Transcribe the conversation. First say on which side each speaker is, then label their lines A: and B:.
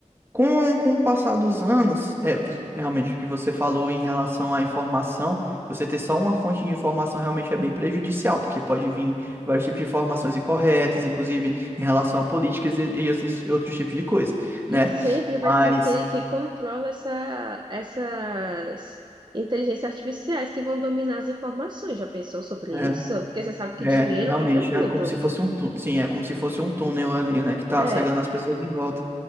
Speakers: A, on the right; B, on the right.
A: Com, com o passar dos anos, é realmente o que você falou em relação à informação, você ter só uma fonte de informação realmente é bem prejudicial, porque pode vir vários tipos de informações incorretas, inclusive em relação a políticas e, e esses outros tipos de coisa, né?
B: E sempre vai
A: Mas
B: ser aquele que controla essa, essas inteligências artificiais que vão dominar as informações. Já pensou sobre
A: é,
B: isso? Porque você sabe que dinheiro
A: é realmente
B: compra tudo.
A: é como se fosse um túnel, sim, é como se fosse um túnel ali, né, que tá
B: É,
A: cegando as pessoas em volta.